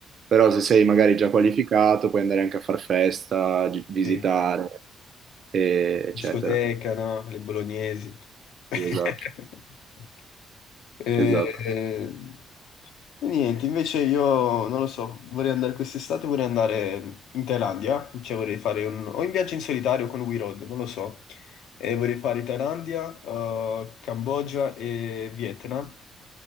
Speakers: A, on the right (about 55°); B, on the left (about 80°).
A: Però se sei magari già qualificato puoi andare anche a far festa, gi- visitare,
B: Sì.
A: e- eccetera.
B: Discoteca, no? Le bolognesi. <laughs>
A: Esatto,
B: Eh,
A: esatto.
B: niente, invece io non lo so, vorrei andare quest'estate, vorrei andare in Thailandia, cioè vorrei fare un... o in viaggio in solitario con We Road, non lo so. E vorrei fare Thailandia, eh, Cambogia e Vietnam.